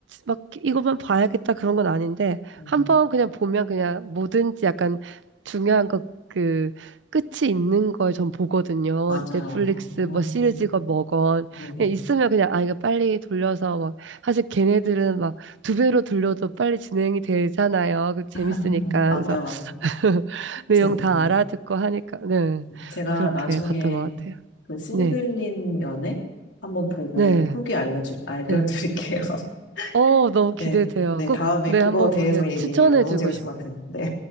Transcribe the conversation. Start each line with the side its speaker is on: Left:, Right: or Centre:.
Right: 막 이것만 봐야겠다 그런 건 아닌데,
Left: 음,
Right: 한 번 그냥 보면 그냥 뭐든지 약간 중요한 것 그 끝이 있는 걸 전 보거든요.
Left: 맞아요,
Right: 넷플릭스
Left: 맞아요. 음,
Right: 뭐 시리즈건
Left: 음,
Right: 뭐건.
Left: 네네.
Right: 그냥 있으면 그냥 아, 이거 빨리 돌려서 막, 사실 걔네들은 막 두 배로 돌려도 빨리 진행이 되잖아요. 그 재밌으니까.
Left: <laughs> 맞아요,
Right: 그래서
Left: 맞아요.
Right: <laughs> 내용
Left: 제,
Right: 다
Left: 네.
Right: 알아듣고 하니까, 네.
Left: 음, 제가
Right: 그렇게
Left: 나중에
Right: 봤던 것 같아요.
Left: 그 신들린
Right: 네.
Left: 연애 한번 보고
Right: 네.
Left: 후기 알려주, 알려드릴게요.
Right: 네.
Left: <laughs>
Right: 어, 너무 기대돼요.
Left: 네. 네,
Right: 꼭,
Left: 다음에
Right: 네,
Left: 그거
Right: 한번
Left: 대해서
Right: 보세요.
Left: 얘기해요.
Right: 추천해주고
Left: 너무 재밌을
Right: 싶,
Left: 것 같아요. 네.